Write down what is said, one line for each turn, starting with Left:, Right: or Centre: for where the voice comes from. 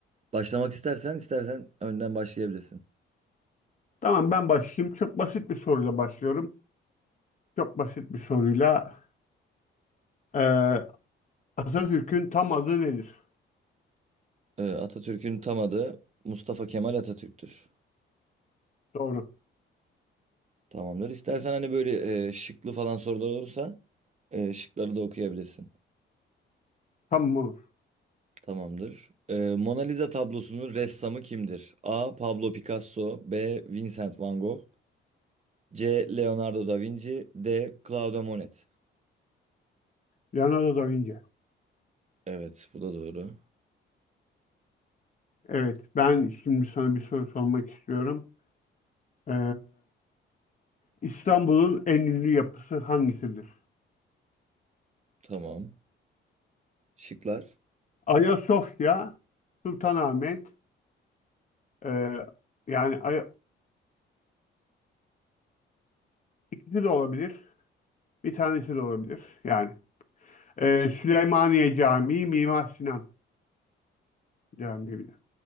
Right: Başlamak istersen istersen önden başlayabilirsin.
Left: Tamam ben başlayayım. Çok basit bir soruyla başlıyorum. Çok basit bir soruyla. Ee, Atatürk'ün tam adı nedir?
Right: E, Atatürk'ün tam adı Mustafa Kemal Atatürk'tür.
Left: Doğru.
Right: Tamamdır. İstersen hani böyle e, şıklı falan sorular olursa e, şıkları da okuyabilirsin.
Left: Tamam olur.
Right: Tamamdır. E, Mona Lisa tablosunun ressamı kimdir? A. Pablo Picasso B. Vincent Van Gogh C. Leonardo da Vinci. D. Claude Monet.
Left: Leonardo da Vinci.
Right: Evet, bu da doğru.
Left: Evet ben şimdi sana bir soru sormak istiyorum. Ee, İstanbul'un en ünlü yapısı hangisidir?
Right: Tamam. Şıklar.
Left: Ayasofya, Sultanahmet, ee, yani Ay- ikisi de olabilir. Bir tanesi de olabilir. Yani. Ee, Süleymaniye Camii, Mimar Sinan. Camiye